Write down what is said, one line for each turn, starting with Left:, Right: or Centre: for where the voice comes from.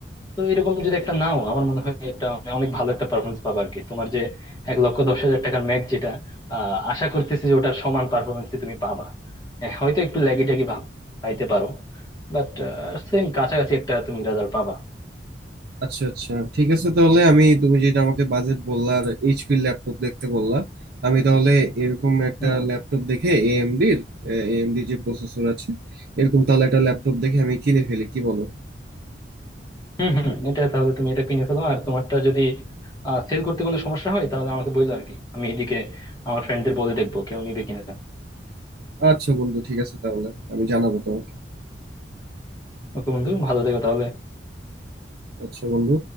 Left: তো এরকম যদি একটা নাও আমার মনে হয় একটা অনেক ভালো একটা পারফরমেন্স পাবো আর কি তোমার যে এক লক্ষ দশ হাজার টাকার ম্যাচ যেটা আহ আশা করতেছি যে ওটার সমান পারফরমেন্সই তুমি পাবা হ্যাঁ হয়তো একটু ল্যাগি ট্যাগি ভাব পাইতে পারো বাট সেম কাছাকাছি একটা তুমি রেজাল্ট পাবা
Right: আচ্ছা আচ্ছা ঠিক আছে তাহলে আমি তুমি যেটা আমাকে বাজেট বললা আর এইচপি ল্যাপটপ দেখতে বললা আমি তাহলে এরকম একটা
Left: হুম
Right: ল্যাপটপ দেখে এএমডির এএমডি যে প্রসেসর আছে এরকম তাহলে একটা ল্যাপটপ দেখে আমি কিনে ফেলি কি বলো
Left: হুম হুম হুম, এটা তাহলে তুমি এটা কিনে ফেলো আর তোমারটা যদি সেল করতে কোনো সমস্যা হয় তাহলে আমাকে বললো আর কি আমি এদিকে আমার ফ্রেন্ডদের বলে দেখবো কেউ নিবে কিনা
Right: আচ্ছা বন্ধু ঠিক আছে তাহলে আমি জানাবো তোমাকে
Left: ওকে বন্ধু ভালো থেকো তাহলে
Right: আচ্ছা বন্ধু